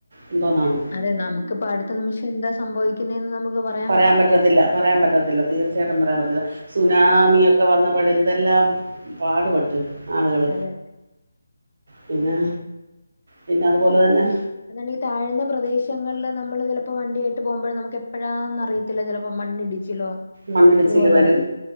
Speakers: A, on the right; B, on the left.
A: എന്തോന്നാണ്
B: അതെ നമ്മുക്കിപ്പ അടുത്ത നിമിഷം എന്താ സംഭവിക്കുന്നേന്ന് നമ്മുക്ക് പറയാ
A: പറയാൻ പറ്റത്തില്ല പറയാൻ പറ്റത്തില്ല തീർച്ചയായിട്ടും പറയാൻ പറ്റത്തില്ല സുനാമിയൊക്കെ വന്നപ്പോഴ എന്തെല്ലാം പാടുപെട്ട് ആളുകൾ
B: അതെ.
A: പിന്നെ പിന്നെ അതുപോലെ തന്നെ
B: അതാണ് ഈ താഴ്ന്ന പ്രദേശങ്ങളിൽ നമ്മൾ ചിലപ്പോൾ വണ്ടിയായിട്ട് പോകുമ്പോൾ നമ്മുക്ക് എപ്പോഴാന്ന് അറിയ ചിലപ്പോ മണ്ണിടിച്ചിലോ
A: മണ്ണിടിച്ചിൽ
B: അതുപോലെ
A: വരും